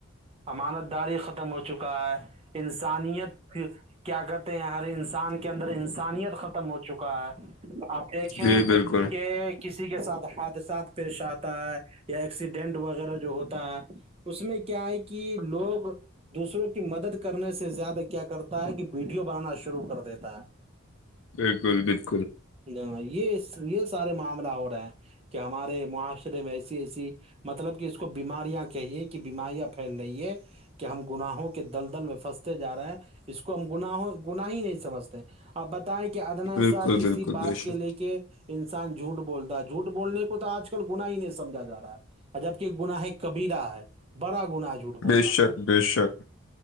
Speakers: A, on the right; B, on the left.
A: امانت داری ختم ہو چکا ہے انسانیت کی کیا کہتے ہیں ہر انسان کے اندر انسانیت ختم ہو چکا ہے آپ دیکھیں
B: جی بالکل
A: کہ کسی کے ساتھ حادثات پیش آتا ہے یا ایکسیڈینٹ وغیرہ جو ہوتا ہے اس میں کیا ہے کہ لوگ دوسروں کی مدد کرنے سے زیادہ کیا کرتا ہے کہ ویڈیو بنانا شروع کر دیتا ہے رہ
B: بالکل بالکل
A: ج یہ یہ سارے معاملہ ہو رہے ہیں کہ ہمارے معاشرے میں ایسی ایسی مطلب کہ اس کو بیماریاں کہیے کہ بیماریاں پھیل رہے کہ ہم گناہوں کے دل دل میں پنستے جا رہے ہیں اس کو ہم گناہوں گناہ ہی نہیں سمجھتے ہے آپ بتائیں کہ ادنا
B: بالکل
A: سا کسی
B: بالکل
A: بات
B: بے
A: کے
B: شک
A: لے کے انسان جھوٹ بولتا ہے جھوٹ بولنے کو تو آج کل گنااہ ہی نہیں سمجھا جا رہا ہے جبک گناہ کبھییرا ہے بڑا کو نہ جھوٹ بولنا
B: بے شک بے شک